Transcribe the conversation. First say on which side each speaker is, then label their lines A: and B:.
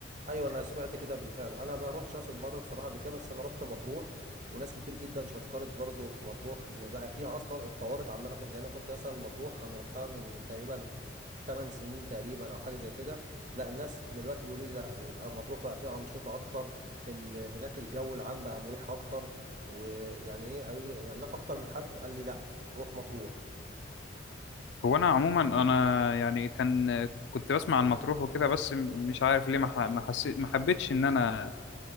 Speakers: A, on the right; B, on the left.
A: ايوه انا سمعت كده بالفعل انا ما روحتش راس البر بصراحه قبل كده بس انا رحت مطروح وناس كتير جدا شكرت برضو في مطروح لان بقى فيها اصلا اتطورت عماله كنت لان انا كنت مثلا مطروح انا رحتها من تقريبا 8 سنين تقريبا او حاجه زي كده لا الناس دلوقتي بيقولوا لي لا مطروح بقى فيها انشطه اكتر ال- هناك الجو العام بقى مريح اكتر ويعني ايه قالوا لي يعني اكتر من حد قال لي لا روح مطروح
B: هو انا عموما انا يعني كان كنت بسمع عن مطروح وكده بس م- مش عارف ليه ما ح- ما حسيت ما حبيتش ان انا